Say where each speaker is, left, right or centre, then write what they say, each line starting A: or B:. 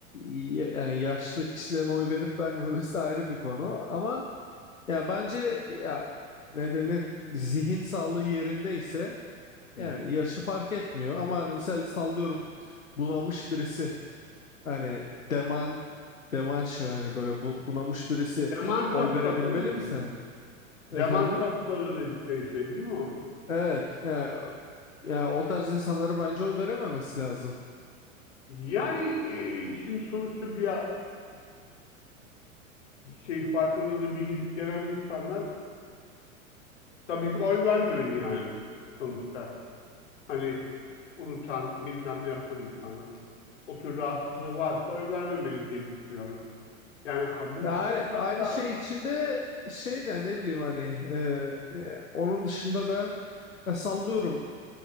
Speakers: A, on the left; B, on the left.
A: y- yani yaşlı kişilerin oy verip vermemesi de ayrı bir konu ama ya bence ya ne denir zihin sağlığı yerindeyse
B: Hı
A: yani
B: hı.
A: yaşı fark etmiyor ama hani misal sallıyorum bunamış birisi Hani Deman Deman şey hani böyle bu- bunamış birisi
B: demans
A: oy
B: hastalığı
A: verebilmeli
B: mı
A: mi
B: diyor?
A: sen?
B: Demans
A: Efendim?
B: hastalığı dedikleri şey değil mi o?
A: Evet. Yani, yani o tarz insanlara bence oy verememesi lazım.
B: Yani e, şimdi sonuçta bir şey farkındalığı bir gidip gelen insanlar tabii ki oy vermemeli yani sonuçta. Hani unutan, bilmem ne yapan insanlar. O tür rahatsızlığı varsa oy vermemeli diye düşünüyorum. Yani ha- bu
A: Yani
B: standartlar...
A: aynı şey içinde şey de ne bileyim hani e, e, onun dışında da ya sallıyorum